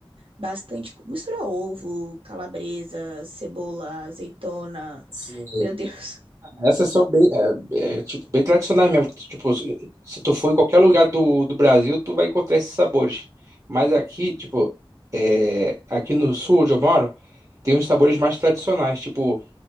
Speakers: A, on the right; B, on the right.
A: bastante, mistura ovo, calabresa, cebola, azeitona.
B: Sim.
A: Meu Deus.
B: Essas são bem, é, é, tipo, bem tradicionais mesmo. Tipo, se se tu for em qualquer lugar do, do Brasil, tu vai encontrar esses sabores. Mas aqui, tipo, é, aqui no sul onde eu moro, tem uns sabores mais tradicionais, tipo,